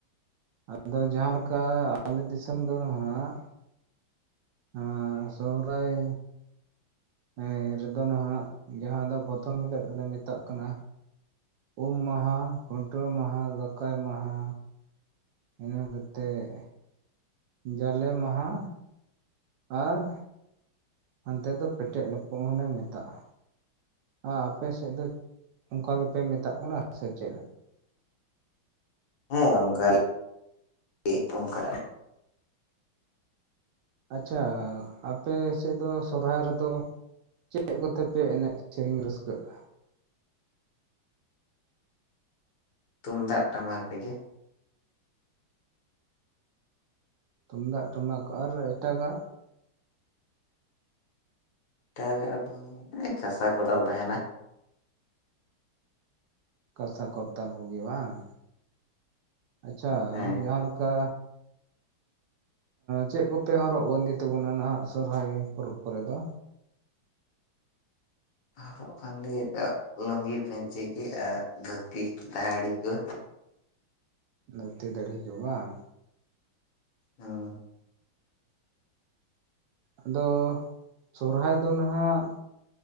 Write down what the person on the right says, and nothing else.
ᱟᱫᱚ ᱡᱟᱦᱟ ᱞᱮᱠᱟ ᱟᱞᱮ ᱫᱤᱥᱚᱢ ᱫᱚ ᱱᱟᱦᱟᱜ᱾ ᱟᱨ ᱥᱚᱦᱨᱟᱭ᱾ ᱦᱮᱸ ᱨᱮᱫᱚ ᱱᱟᱦᱟᱜ ᱡᱟᱦᱟ ᱫᱚ ᱯᱨᱚᱛᱷᱚᱢ ᱦᱤᱞᱳᱜ ᱫᱚᱞᱮ ᱢᱮᱛᱟᱜ ᱠᱟᱱᱟ᱾ ᱩᱢ ᱢᱟᱦᱟ ᱠᱷᱩᱱᱴᱟᱹᱣ ᱢᱟᱦᱟ ᱫᱟᱠᱟᱭ ᱢᱟᱦᱟ᱾ ᱤᱱᱟᱹ ᱠᱟᱛᱮᱜ ᱡᱟᱞᱮ ᱢᱟᱦᱟ ᱟᱨ᱾ ᱦᱟᱱᱛᱮ ᱫᱚ ᱯᱮᱴᱮᱡ ᱞᱟᱯᱚᱜ ᱦᱚᱞᱮ ᱢᱮᱛᱟᱜᱼᱟ᱾ ᱟ ᱟᱯᱮ ᱥᱮᱫ ᱫᱚ ᱚᱱᱠᱟ ᱜᱮᱯᱮ ᱢᱮᱛᱟᱜ ᱠᱟᱱᱟ ᱥᱮ ᱪᱮᱫ?
ᱟᱪᱷᱟ ᱟᱯᱮ ᱥᱮᱫ ᱫᱚ ᱥᱚᱨᱦᱟᱭ ᱨᱮᱫᱚ᱾ ᱪᱮᱫ ᱠᱚᱛᱮᱯᱮ ᱮᱱᱮᱡ ᱥᱮᱨᱮᱧ ᱨᱟᱹᱥᱠᱟᱹᱜᱼᱟ?
ᱛᱩᱢᱫᱟᱜ ᱴᱟᱢᱟᱠ ᱟᱨ ᱮᱴᱟᱜᱟᱜ?
ᱠᱟᱥᱟ ᱠᱚᱨᱛᱟᱞ ᱠᱚᱜᱮ ᱵᱟᱝ᱾ ᱟᱪᱪᱷᱟ
ᱡᱟᱦᱟ ᱞᱮᱠᱟ᱾ ᱪᱮᱫ ᱠᱚᱯᱮ ᱦᱚᱨᱚᱜ ᱵᱟᱸᱫᱮ ᱛᱟᱵᱚᱱᱟ ᱱᱟᱦᱟᱜ ᱥᱚᱨᱚᱦᱟᱭ ᱯᱚᱨᱚᱵᱽ ᱠᱚᱨᱮ ᱫᱚ?
ᱫᱷᱩᱛᱤ ᱫᱟᱦᱚᱲᱤ ᱠᱚ ᱵᱟᱝ?
ᱟᱫᱚ ᱥᱚᱨᱦᱟᱭ ᱫᱚ ᱱᱟᱦᱟᱜ᱾